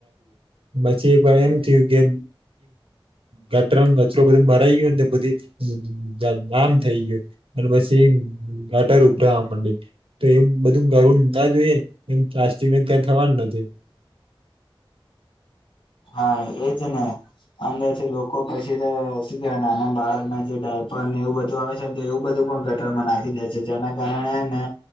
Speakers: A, on the right; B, on the left.
A: <unintelligible> પછી એ ભાઈ એમ થયું કે ગટરમાં કચરો બધો ભરાય ગયો ન તે બધી જ જ આમ થઈ ગયું, અને પછી ગટર ઉભરાવા મંડી. તો એવ બધું કરવું ના જોઈએ અને પ્લાસ્ટિક ને ત્યાં થવાન નથી.
B: હા એજ ને. અંદર થી લોકો પછી તો શું કેવા નાના બાળક ના જે ડાયપર ને એવું બધું આવે છે તે એવું બધું પણ ગટરમાં નાખી દે છે. જેના કારણે હે ને